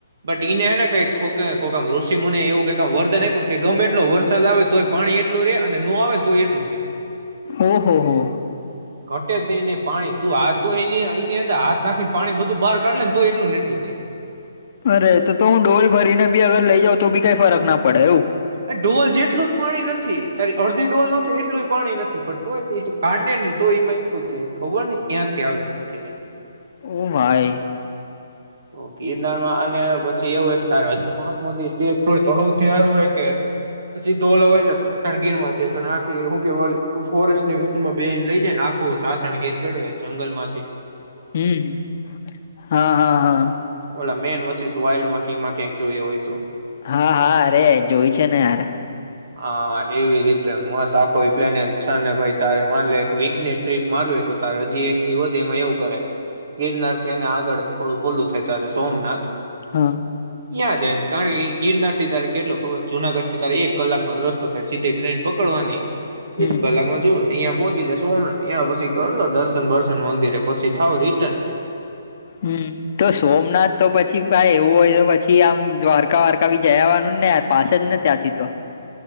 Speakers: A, on the right; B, on the left.
A: બટ ઈને હને કઈકામ ઋષિ મુની ને એવું કઈ વરદાન આપ્યું કે ગમે એટલો વરસાદ આવે તો પાણી એટલું રે અને નો આવે ને તો એટલું જ રે
B: ઓહ હો
A: ઘટે જ નઈ ને પાણી તું આ તું એની અંદર હાથ નાખીને પાણી બધું બાર કાઢે ને તોયે એટલુ ને એટલું <unintelligible>
B: અરે તો તો હું ડોલ ભરીને બી અગર લઈ જાઉ તો બી કઈ ફરક ના પડે એવું
A: અ ડોલ જેટલું જ પાણી નથી તારી અડધી ડોલ નોતો એટલું જ પાણી નથી પડતું હોય હ ને એટલ તો એમાં એટલું જ રે ખબર નઈ ક્યાંથી આવે ક્યાંથી નહી
B: ઓ ભાઈ
A: તો ગિરનારમાં અને પછી એવું હોય કે તારે હજી પાંચ મો દ સય તો સૌથી સારું હોય કે પછી તો ઓલો હોય જ સાસણગીર માં છે તો આખી હું કે ફોરેસ્ટ ની વન મા લઈ જાય ને આખું સાસણગીર ફેરવે જંગલ માંથી
B: હમ હા હા હા
A: ઓલા મેન વશિસ વાઇલ્ડમાં કમાં ક્યાંક જોઈયએ હોય તો
B: હા હા અરે જોય છે ને યાર
A: હ એવી રીતે મસ્ત આખો્લે છ ને ભ ત મા એક વીક ટ્રીપ માર હોય તો તારે હજી એક દિવ એમાં એવું કરે ગિરનારથીને આગળ થોડુંક ઓલું થાય તારે સોમનાથ
B: હા
A: યાદ આવે ને કારણ કે ગિરનાર થી તારે કેટલો ખબર જુનાગઢ થી તારે એક કલાકનોો રસ્તો થાય સીધે ટ્રેન પકડવાની
B: હમ
A: એક કલાકમાં જો અહીયાં પહોંચી જ સોમ ત્યાં પછી કરી લો દર્શન વર્શન મંદિરે પછી થાવ રિટર્ન
B: હમ તો સોમનાથ તો પછી ભાઈ એવું હોય તો પછી થી આમ દ્વારકા વારકા બી જયાવાનું ને પાસે જ નથી ત્યાંથી તો